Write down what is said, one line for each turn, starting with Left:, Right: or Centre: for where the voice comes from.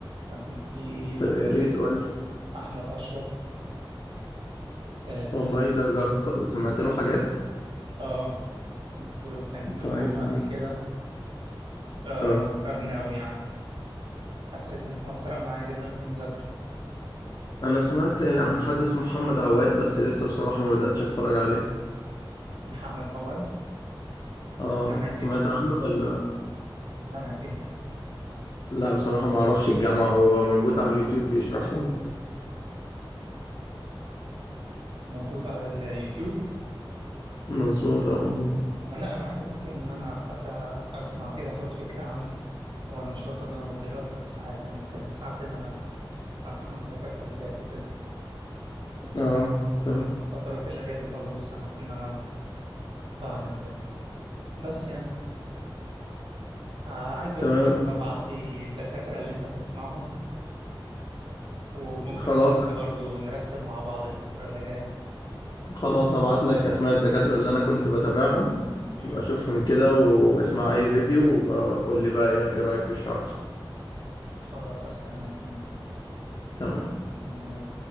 Right: كان في دكتور
Left: طب يا ريت
Right: اسمه
Left: قول لي
Right: احمد اشرف اه,
Left: والله
Right: آه
Left: ده جربت سمعت له حاجات
Right: آه، قلت له كان جلوكوما
Left: طيب جميل
Right: قبل كده آه
Left: اه
Right: وفادني قوي يعني حسيت ان هو فرق معايا جدا في المذاكرة
Left: انا سمعت عن حد اسمه محمد عواد بس لسه بصراحة ما بدأتش اتفرج عليه
Right: محمد عواد ده
Left: اه
Right: في جامعة ايه؟
Left: سمعت عنه ولا
Right: في جامعة ايه؟
Left: لا بصراحة ما اعرفش الجامعة هو موجود على اليوتيوب بيشرح رمض
Right: موجود على اليوتيوب
Left: مظبوط اه موجود
Right: آه، لا انا عادي ممكن ان انا حتى اسمع كده اخد فكره عن هو انا مش باخد نومات دلوقتي بس ساعات انا بحب ساعات ان انا اسمع دكاتره بدايات وكده
Left: اه تمام
Right: في فترات الاجازه برضو ساعات ان انا بعمل كده بس يعني آه، عايزك
Left: تمام
Right: برضو تبقى ابعت لي الدكاتره اللي انت بتسمعهم وممكن
Left: خلاص
Right: انا وانت برضو نرتب مع بعض الفتره اللي جايه
Left: خلاص هبعت لك اسماء الدكاترة اللي انا كنت بتابعهم
Right: امم
Left: ابقى اشوفهم كده واسمع اي فيديو وقول لي بقى ايه إيه رأيك في الشرح
Right: خلاص استناك تمام
Left: تمام
Right: يلا